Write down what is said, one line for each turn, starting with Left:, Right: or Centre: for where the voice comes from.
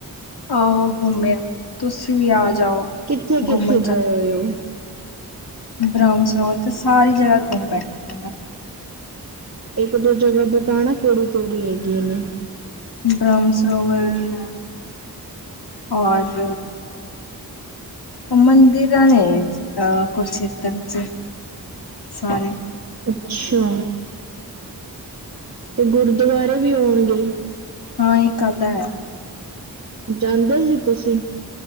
Left: ਆਹੋ ਘੁੰਮੇ ਆ। ਤੁਸੀ ਵੀ ਆ ਜਾਓ।
Right: ਕਿੱਥੇ, ਕਿੱਥੇ
Left: ਘੁੰਮਣ ਚੱਲ
Right: ਗਏ ਉਏ ਓ।
Left: ਬ੍ਰਹਮ ਸਰੋਤ ' ਸਾਰੀ ਜਗ੍ਹਾ ਘੁੰਮ ਬੈਠੀ ਆ ਮੈਂ ਤਾਂ।
Right: ਇੱਕ ਦੋ ਜਗ੍ਹਾ ਬਤਾਣਾ। ਕਿਹੜੀ, ਕਿਹੜੀ ਹੈਗੀ। ਇਹ ਨੇ
Left: ਬ੍ਰਹਮ ਸਰੋਵਰ <unintelligible> ਔਰ। ਮੰਦਿਰ ਨੇ <unintelligible> ਅ ਕੁਰਸ਼ੇਤਰ ਚ ਸਾਰੇ।
Right: ਅੱਛਾ। ਤੇ ਗੁਰਦੁਆਰੇ ਵੀ ਹੋਣਗੇ।
Left: ਹਾਂ ਇੱਕ ਅਦਾ ਹੈ।
Right: ਜਾਂਦੇ ਈ ਤੁਸੀਂ।